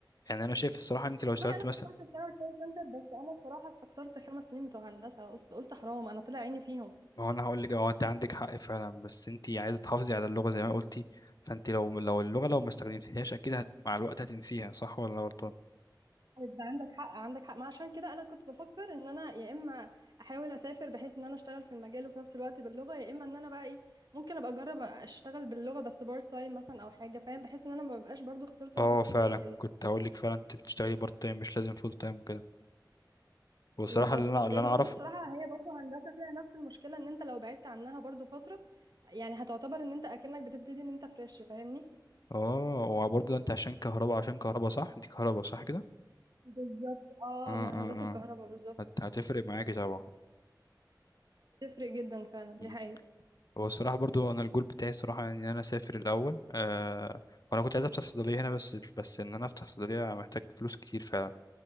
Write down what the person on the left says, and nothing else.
يعني انا شايف الصراحه ان انت لو اشتغلت
مثلا
ما هو انا هقول لك هو انت عندك حق فعلا بس انت عايزه تحافظي على اللغه زي ما قلتي فانت لو لو اللغه لو ما استخدمتيهاش اكيد هت... مع الوقت هتنسيها صح ولا أنا غلطان
اه فعلا
كنت هقول لك فعلا انت بتشتغلي بارت تايم مش لازم فول تايم وكده والصراحه
اللي انا اللي
انا اعرفه
اه وبرضه انت عشان كهرباء عشان كهرباء صح انت كهرباء صح كده
اه
اه
اه
هت... هتفرق معاكي طبعا
مم.
هو الصراحة برضو أنا الجول بتاعي الصراحة إن أنا أسافر الأول أه وأنا كنت عايز أفتح صيدلية هنا بس بس إن أنا أفتح صيدلية محتاج فلوس كتير فعلا